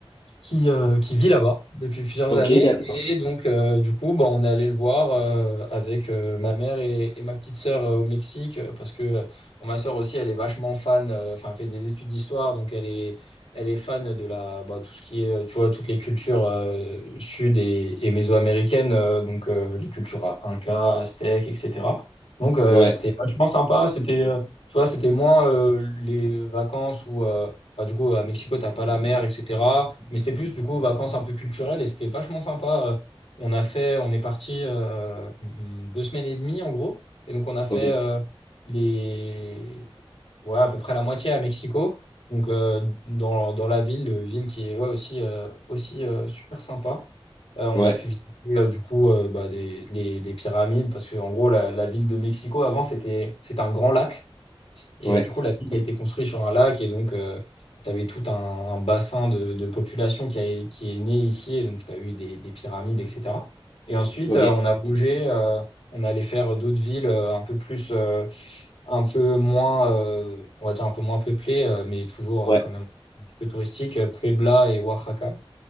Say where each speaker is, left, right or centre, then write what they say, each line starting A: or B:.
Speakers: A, on the left; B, on the left.
A: qui, euh, qui vit là-bas depuis plusieurs
B: ok,
A: années.
B: d'accord.
A: Et donc, euh, du coup, bah, on est allé le voir euh, avec euh, ma mère et, et ma petite sœur euh, au Mexique, euh, parce que euh, bon, ma sœur aussi, elle est vachement fan, euh, enfin, elle fait des études d'histoire, donc elle est, elle est fan de la, bah, tout ce qui est, euh, tu vois, toutes les cultures euh, sud et, et mésoaméricaines, euh, donc euh, les cultures incas aztèques, etc. Donc, euh,
B: Ouais,
A: c'était vachement sympa, c'était... euh, Tu vois, c'était moins euh, les vacances où bah, du coup, à Mexico, t'as pas la mer, etc. Mais c'était plus, du coup, vacances un peu culturelles et c'était vachement sympa. Euh, On a fait, on est parti euh, mm, deux semaines et demie, en gros. Et donc, on a fait
B: ok,
A: euh, les... ouais, à peu près la moitié à Mexico. Donc, euh, dans, dans la ville, euh, ville qui est ouais, aussi, euh, aussi euh, super sympa. Euh, on
B: ouais,
A: a pu visiter, euh, du coup, euh, bah, des, les- des pyramides parce que, en gros, la, la ville de Mexico, avant, c'était, c'était un grand lac. Et
B: ouais,
A: euh, du coup, la ville a été construite sur un lac et donc tu avais tout un, un bassin de, de population qui, a- qui est né ici. Et donc, tu as eu des, des pyramides, etc. Et ensuite,
B: ok,
A: euh, on a bougé, euh, on allait faire d'autres villes euh, un peu plus, euh, un peu moins, euh, on va dire un peu moins peuplées, euh, mais toujours euh,
B: ouais,
A: quand même un petit peu touristiques, euh, Puebla et Oaxaca.